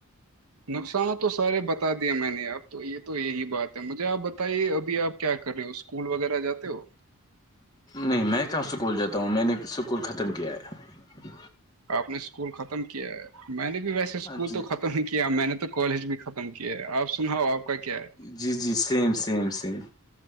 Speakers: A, on the right; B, on the left.
A: نقصان تو سارے بتا دے میں نے اپ تو یہ تو یہی بات ہے مجھے آپ بتائیے اب اب بھی آپ کیا کر رہے ہو اسکول وغیرہ جاتے ہو
B: نہیں میں کہاں سکول جاتا ہوں میں نے سکول ختم کیا ہے
A: آپ نے اسکول ختم کیا ہے میں نے بھی ویسے اسکول
B: جی
A: تو ختم ہی کیا میں نے تو کالج بھی ختم کیا ہے آپ سناؤ آپ کا کیا ہے
B: جی جی سیم سیم سیم